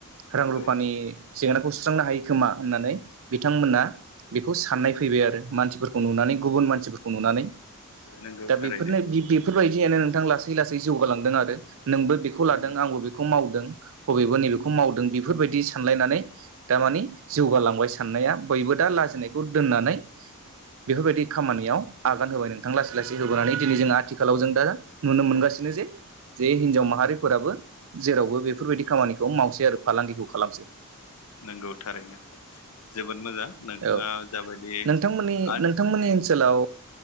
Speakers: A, on the right; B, on the left.
A: रां
B: नंगौ
A: रुफानि जेंनाखौ सु सुस्रांनो हायो खोमा होननानै बिथांमोना बेखौ साननाय फैबाय आरो मानसि फोरखौ नुनानै गुबुन मानसिफोरखौ नुनानै
B: नंगौ
A: दा
B: थारैनो
A: बेफोरनो बेफोरबायदियानो नोंथां लासै लासै जौगालांदों आरो नोंबो बेखौ लादों
B: नंगौ
A: आंबो बेखौ माव दों हबेबो नैबेखौ मावदों बेफोरबायदि सानलायनानै दामानि जौगालांबाय सान बैयबो दा लाजिनायखौ दोननानै बेफोरबादि खामानियाव आगान होबाय नोंथां लासै लासै होबोनानै दिनै जोंहा आथिखालाव जों दा नुनो मोनगासिनो जे जे हिनजाव माहारिफोराबो जेरावबो बेफोरबायदि खामानिखौ मावसै आरो फालांगिखौ खालामसै
B: नोंगौ थारैनो जोबोद मोजां नोंथाङा
A: औ
B: जाबायदि
A: नोंथांमोननि
B: आर्ट
A: नोंथांमोननि ओनसोलाव